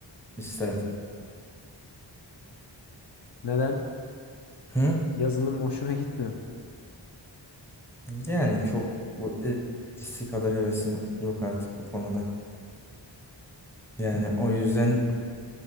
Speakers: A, in the centre; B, on the left.
A: İsterdim.
B: Neden?
A: Hı?
B: Yazılım hoşuna gitmiyor. mu?
A: Yani çok bu eskisi kadar hevesim yok artık bu konuda. Yani o yüzden